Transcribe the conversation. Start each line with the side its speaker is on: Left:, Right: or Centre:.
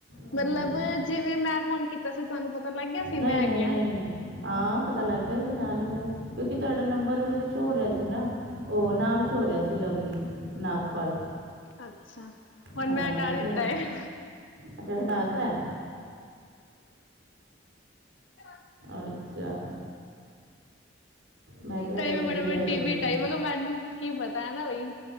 Right: ਹਾਂ
Left: ਮਤਲਬ ਜਿਵੇਂ ਮੈਂ ਫੋਨ ਕੀਤਾ ਤੁਹਾਨੂੰ ਪਤਾ ਲੱਗ ਗਿਆ ਸੀ
Right: ਨਹੀਂ
Left: ਮੈਂ
Right: ਨਹੀਂ
Left: ਹੈਗੀ
Right: ਨਹੀਂ
Left: ਆ
Right: ਨਹੀਂ ਹਾਂ ਪਤਾ ਲੱਗ ਗਿਆ ਨਾਲ ਹੀ ਮੈਨੂੰ ਕਿਉਂਕਿ ਤੁਹਾਡਾ ਨੰਬਰ ਉਹਦੇ ਤੇ ਛੋ ਰਿਹਾ ਸੀ ਨਾ ਉਹ ਨਾਮ ਛੋ ਹੋ ਰਿਹਾ ਸੀ ਲਵਲੀ ਨਾਗਪਾਲ
Left: ਅੱਛਾ ਹੁਣ
Right: ਹਾਂ
Left: ਮੈ
Right: ਮੈਂ
Left: ਟਆ
Right: ਕਿਹਾ
Left: ਦਿੱਤਾ ਹੈ ੇ
Right: ਅੱਛਾ ਹਟਾਤਾ ਹੈ?
Left: <unintelligible>
Right: ਅੱਛਾ ਮੈਂ ਕਿਹਾ
Left: ਤਾਂਵੇੈਂ
Right: ਲਵਲੀ
Left: ਬੜਾ ਵੱਡੀ
Right: ਹੈ ਲਵਲੀ
Left: ਭੇਟਾ ਮੈਂ ਕਿਹਾ ਮੈਨੂੰ ਕੀ ਪਤਾ ਹੈ ਨਾ ਬਾਈ